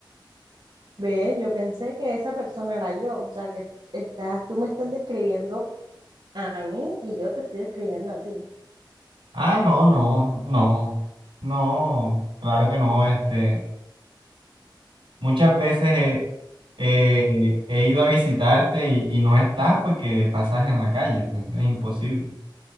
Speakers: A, on the right; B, on the right.
A: Ve, yo pensé que esa persona era yo, o sea que estás, tú me estás describiendo a mí y yo te estoy describiendo a ti.
B: Ah, no, no, no, no, claro que no, este, muchas veces he, eh, he ido a visitarte y, y no estás porque pasas en la calle, entonces es imposible.